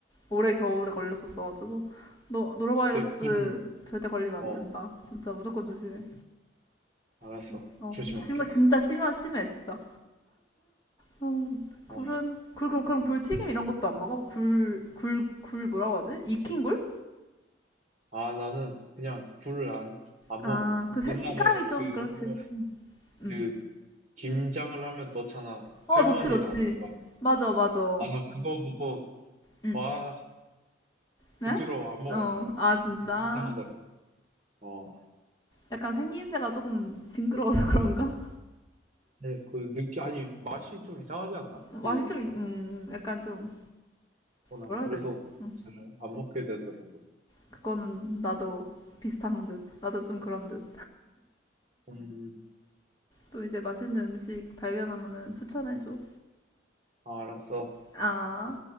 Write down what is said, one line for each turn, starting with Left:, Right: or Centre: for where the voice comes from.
Left: 올해 겨울에 걸렸었어 가지고 너 노로바이러스
Right: 내 굴을,
Left: 절대 걸리면 안
Right: 어,
Left: 된다. 진짜 무조건 조심해.
Right: 알았어.
Left: 진- 어,
Right: 조심할게.
Left: 진짜 심각 진짜 심한 심해 진짜. 어. 굴은
Right: 어,
Left: 굴 그럼 그럼 굴 튀김 이런 것도 안 먹어? 굴 굴 굴 뭐라고 하지? 익힌 굴?
Right: 아, 나는 그냥 굴을 안, 안
Left: 아,
Right: 먹어.
Left: 그 색-
Right: 옛날에
Left: 식감이 좀
Right: 그,
Left: 그렇지.
Right: 어,
Left: 응.
Right: 그 김장을 하면 넣잖아.
Left: 어,
Right: 할머니나
Left: 넣지, 넣지.
Right: 엄마가.
Left: 맞아, 맞아.
Right: 아마 그거 보고,
Left: 응.
Right: 와,
Left: 네?
Right: 그 뒤로 안 먹어,
Left: 어,
Right: 잘.
Left: 아, 진짜.
Right: 이상하더라고. 어.
Left: 약간 생김새가 조금 징그러워서 <laughs> 그런가?
Right: 네, 그 느끼, 아니, 맛이 좀 이상하지 않나?
Left: 맛이
Right: 그,
Left: 좀, 음, 약간 좀,
Right: 어, 난
Left: 뭐라
Right: 그래서
Left: 해야 되지? 음.
Right: 잘 안 먹게 되더라고.
Left: 그거는 나도 비슷한 듯. 나도 좀 그런 듯.
Right: 음,
Left: 또 이제 맛있는 음식 발견하면은 추천해줘.
Right: 아, 알았어.
Left: 아.